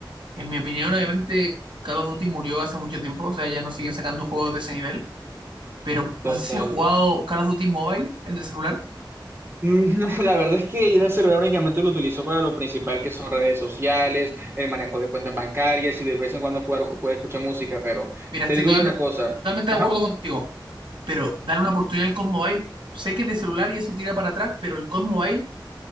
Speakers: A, on the right (about 80°); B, on the right (about 30°).
A: en mi opinión obviamente Call of Duty murió hace mucho tiempo, o sea, ya no siguen sacando
B: Mm.
A: juegos de ese nivel pero
B: Total.
A: no sé si has jugado Call of Duty Mobile, el de celular.
B: Mm, No, la verdad es que yo en el celular únicamente lo utilizo para lo principal que son redes sociales, el manejo de cuentas bancarias y de vez en cuando jugar, jugar escuchar música, pero
A: Mira, estoy
B: te digo
A: totalmente,
B: yo una cosa.
A: totalmente
B: Ajá.
A: de acuerdo contigo, pero dale una oportunidad al COD Mobile. Sé que es de celular y eso tira para atrás, pero el COD Mobile